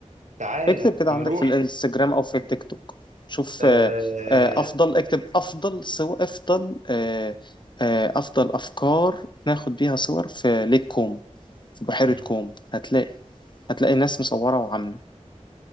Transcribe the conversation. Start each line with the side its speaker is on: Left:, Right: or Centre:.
Right: تعالى
Left: اكتب كده
Right: نروح
Left: عندك في الانستجرام أو في التيك توك شوف
Right: آه...
Left: آه، آه، أفضل اكتب أفضل صور أفضل آه، آه، أفضل أفكار ناخد بيها صور في ليك كومو في بحيرة
Right: مم.
Left: كومو هتلاقي هتلاقي ناس مصورة وعاملة